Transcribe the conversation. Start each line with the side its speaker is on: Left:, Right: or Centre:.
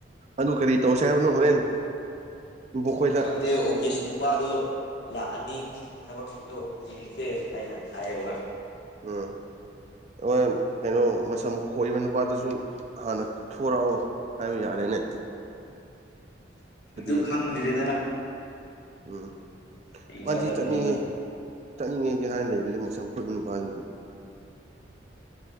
Right: ꯑꯗꯨ ꯀꯔꯤ ꯇꯧꯁꯦ ꯍꯥꯏꯕꯅꯣ ꯍꯣꯔꯦꯟ ꯕꯣꯛꯈꯣꯏꯗ
Left: ꯈꯪꯗꯦ ꯑꯣꯐꯤꯁ ꯅꯨꯄꯥꯗꯣ ꯂꯥꯛꯑꯅꯤ ꯊꯕꯛꯀꯤꯗꯣ ꯌꯦꯡꯁꯦ ꯍꯥꯏꯅ ꯍꯥꯏꯌꯦꯕ
Right: ꯑꯥ ꯑꯣꯏ ꯀꯩꯅꯣ ꯃꯁꯝ ꯈꯣꯏꯕ ꯅꯨꯄꯥꯗꯨꯁꯨ ꯍꯥꯟꯅ ꯊꯣꯔꯛꯑꯣ ꯍꯥꯏꯕ ꯌꯥꯔꯦꯅꯦ ꯑꯗꯨꯗꯤ
Left: ꯗꯨ ꯈꯪꯗꯦꯗꯦꯗꯦꯅ
Right: ꯎꯝ
Left: ꯍꯩꯅꯗꯕꯅꯤꯅ
Right: ꯄꯥꯟꯖꯤ ꯆꯠꯅꯤꯡꯉꯤ ꯆꯠꯅꯤꯡꯉꯦꯗꯤ ꯍꯥꯢꯔ ꯂꯩꯕꯅꯦ ꯃꯁꯝ ꯈꯣꯢꯕ ꯅꯨꯄꯥꯗꯨꯗꯤ